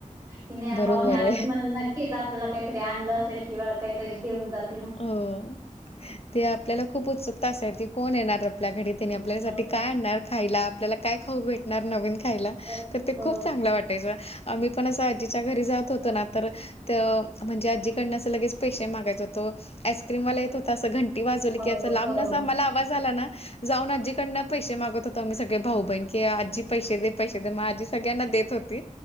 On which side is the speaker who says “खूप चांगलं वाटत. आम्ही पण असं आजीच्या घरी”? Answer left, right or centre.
Left